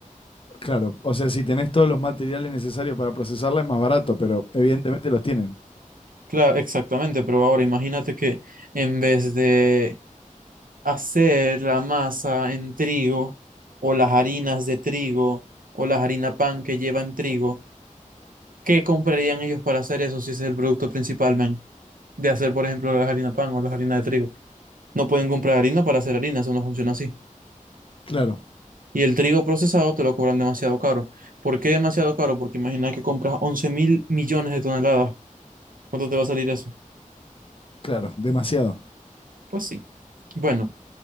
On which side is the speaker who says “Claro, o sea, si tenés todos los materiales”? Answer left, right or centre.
Left